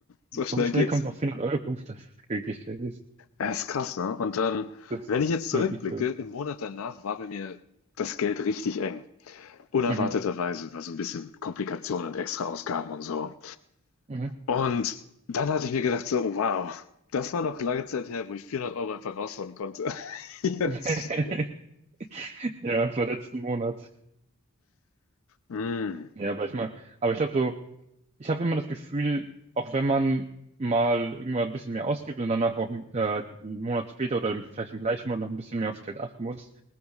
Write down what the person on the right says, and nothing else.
So schnell
kommt noch 400 Euro. <laughs> Das ist wirklich crazy.
Das
ist
wirklich viel.
Mhm.
Mhm.
<laughs> Ja, das war letzten Monat.
Ja, aber ich mal, aber ich glaube so, ich habe immer das Gefühl, auch wenn man mal irgendwann ein bisschen mehr ausgibt und danach auch äh, einen Monat später oder vielleicht im gleichen Monat noch ein bisschen mehr aufs Geld achten muss,